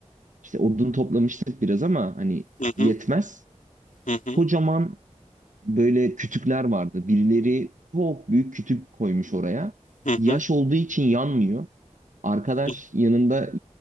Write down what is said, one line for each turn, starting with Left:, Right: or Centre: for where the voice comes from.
Right: İşte odun toplamıştık biraz ama hani
Left: Hı hı,
Right: yetmez.
Left: hı hı,
Right: Kocaman böyle kütükler vardı. Birileri çok büyük kütük koymuş oraya.
Left: hı hı,
Right: Yaş olduğu için yanmıyor. Arkadaş
Left: hı.
Right: yanında